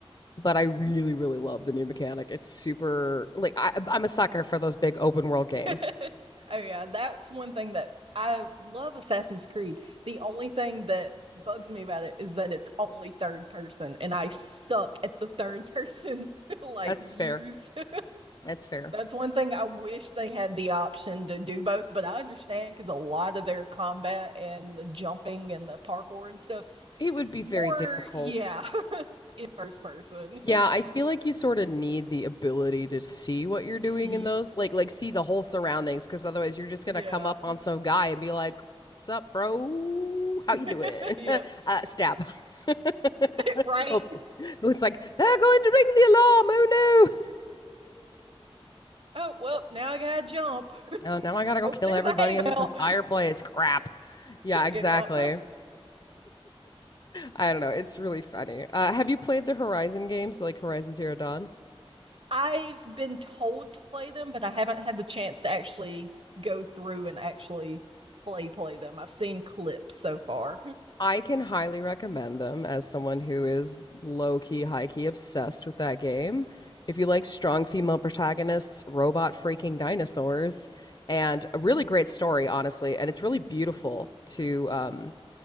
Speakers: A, on the left (about 45°); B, on the right (about 65°).
A: but I really, really love the new mechanic. It's super like I, I'm a sucker for those big open world games.
B: <laughs> Oh yeah, that's one thing that I love Assassin's Creed. The only thing that bugs me about it is that it's only third person and I suck at the third person <laughs> like
A: That's
B: views.
A: fair.
B: <laughs>
A: That's fair.
B: That's one thing I wish they had the option to do both, but I understand because a lot of their combat and the jumping and the parkour and stuff's
A: It would be
B: more,
A: very difficult.
B: yeah, <laughs> in first person.
A: Yeah,
B: <laughs>
A: I feel like you sort of need the ability to see what you're doing
B: See,
A: in those, like like see the whole surroundings, because otherwise you're just
B: yeah,
A: gonna come up on some guy and be like, "Sup, bro?
B: <laughs>
A: How you doing?"
B: yep,
A: <laughs> uh, stab. <laughs>
B: <laughs>
A: Hopefully,
B: right.
A: it's like they're going to ring the alarm. Oh no."
B: Oh, well, now I gotta jump.
A: Oh, now I gotta go
B: hope
A: kill
B: there's
A: everybody
B: a hay
A: in
B: bale.
A: this entire place. Crap.
B: <laughs>
A: Yeah, exactly.
B: you know,
A: I don't know. It's really funny. Uh, have you played the Horizon games like Horizon Zero Dawn?
B: I've been told to play them, but I haven't had the chance to actually go through and actually play play them. I've seen clips so far. <laughs>
A: I can highly recommend them as someone who is low key, high key obsessed with that game. If you like strong female protagonists, robot freaking dinosaurs, and a really great story, honestly, and it's really beautiful to um,